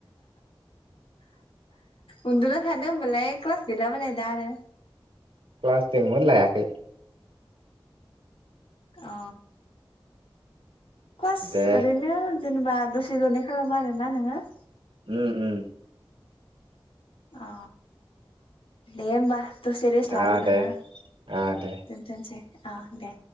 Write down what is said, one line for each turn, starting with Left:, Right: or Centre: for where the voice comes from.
Left: उन्दुना थादो होमबालाय क्लास गैलाबालाय दा आरो
Right: क्लास दोंमोन लायाखै
Left: अ <unintelligible>
Right: दे
Left: ओरैनो जेनेबा दसे दनै खालामो आरोना नोङो?
Right: ओम ओम
Left: अ दे होमबा। दसे रेस्ट लादो
Right: आ
Left: नोङो
Right: दे आ दे
Left: दोनथ'नोसै। अ दे